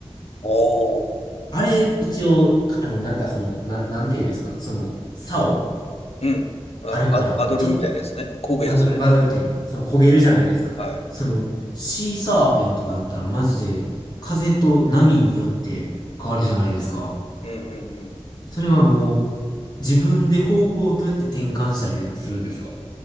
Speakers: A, on the left; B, on the left.
A: おー、
B: あれ、一応、あの、なんかその、な、なんていうんですか、その、竿
A: うん。あの、
B: あるから、
A: パ、パドルみたいなやつね。
B: ちょっと、
A: 漕ぐやつね。
B: バドル、バドル点がある。
A: うん。
B: その焦げるじゃないですか。
A: はい。
B: その、シーサーフィンとかだったらマジで、風と波によって変わるじゃないですか。
A: うんうんうん。
B: それはもう、自分で方向をどうやって転換したりするんですか